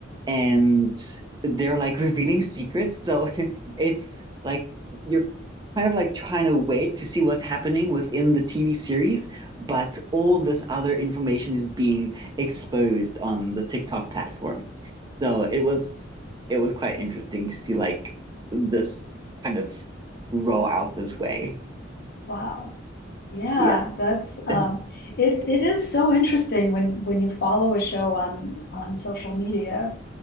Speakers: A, on the right; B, on the left.
A: and they're like <laughs> revealing secrets. So <laughs> it's like you're kind of like trying to wait to see what's happening within the TV series, but all this other information is being exposed on the TikTok platform. So it was it was quite interesting to see like this kind of roll out this way.
B: Wow. Yeah,
A: Yeah.
B: that's um
A: <laughs> And-
B: it it is so interesting when when you follow a show on on social media.